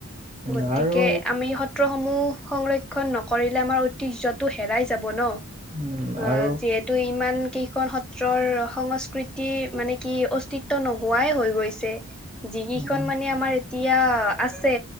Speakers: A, on the right; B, in the centre.
A: উম,
B: গতিকে
A: আৰু
B: আমি স ত্ৰ সমূহ সংৰক্ষণ নকৰিলে আমাৰ ঐতিহ্যটো হেৰা যাব ন,
A: উম
B: এ
A: আৰু
B: যিহেতু ইমান কেই খন সত্ৰৰ সংস্কৃৃত তি মানে কি অস্তিত ত' নোহোৱাই হৈ গৈছে। যিকেইখন
A: উম
B: মানে আমাৰ এতিয়া আছে